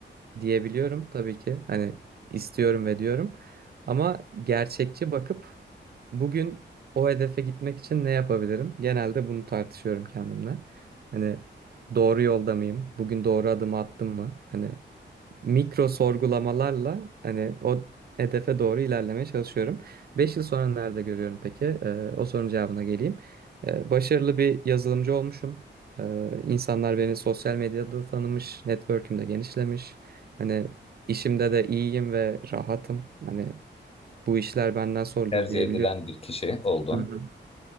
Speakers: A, on the right (about 55°); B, on the left (about 30°).
A: diyebiliyorum tabii ki. Hani istiyorum ve diyorum. Ama gerçekçi bakıp bugün o hedefe gitmek için ne yapabilirim? Genelde bunu tartışıyorum kendimle. Hani doğru yolda mıyım? Bugün doğru adımı attım mı? Hani mikro sorgulamalarla hani o hedefe doğru ilerlemeye çalışıyorum. 5 yıl sonra nerede görüyorum peki? Ee, o sorunun cevabına geleyim. Ee, başarılı bir yazılımcı olmuşum. Ee, insanlar beni sosyal medyada tanımış, network'üm de genişlemiş. Hani işimde de iyiyim ve rahatım. Hani bu işler benden sorulur
B: tercih
A: diyebiliyorum.
B: edilen bir kişi oldun.
A: Hı hı.